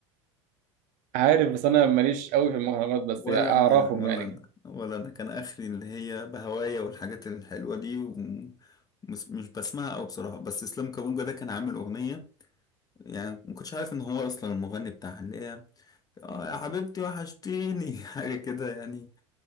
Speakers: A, on the right; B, on the left.
A: عارف بس أنا ماليش قوي في المهرجانات بس
B: ولا
A: يعني
B: انا
A: أعرفهم يعني
B: ولا انا
A: كده
B: ولا انا كان اخري اللي هي بهوايا والحاجات الحلوه دي ومش مش بسمعها قوي بصراحه بس اسلام كابونجا ده كان عامل اغنيه يعني ما كنتش عارف ان هو اصلا المغني بتاعها اللي هي اه يا حبيبتي وحشتيني <laughs> حاجه كده يعني